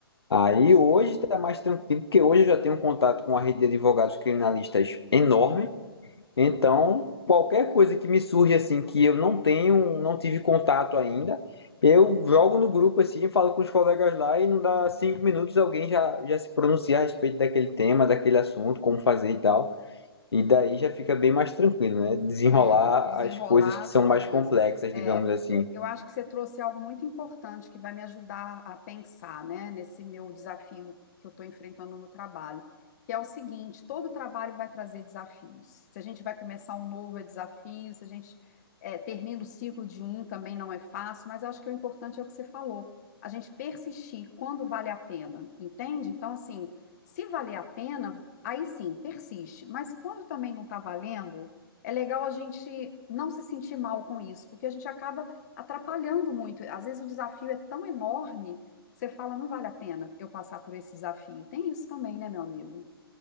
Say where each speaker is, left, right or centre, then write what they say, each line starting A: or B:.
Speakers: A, on the left; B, on the left.
A: Aí hoje está mais tranquilo, porque hoje eu já tenho um contato com a rede de advogados criminalistas enorme. Então, qualquer coisa que me surge assim que eu não tenho, não tive contato ainda, eu jogo no grupo assim, falo com os colegas lá e não dá cinco minutos alguém já, já se pronuncia a respeito daquele tema, daquele assunto, como fazer e tal. E daí já fica bem mais tranquilo, né? Desenrolar
B: É, desenrolar
A: as coisas que
B: as
A: são
B: coisas.
A: mais complexas,
B: É,
A: digamos assim.
B: eu acho que você trouxe algo muito importante que vai me ajudar a pensar, né, nesse meu desafio que eu estou enfrentando no trabalho, que é o seguinte: todo trabalho vai trazer desafios. Se a gente vai começar um novo, é desafio, se a gente é, termina o ciclo de um, também não é fácil, mas eu acho que o importante é o que você falou, a gente persistir quando vale a pena, entende? Então, assim, se valer a pena, aí sim, persiste, mas quando também não está valendo é legal a gente não se sentir mal com isso, porque a gente acaba atrapalhando muito. Às vezes o desafio é tão enorme que você fala, não vale a pena eu passar por esse desafio. Tem isso também, né, meu amigo?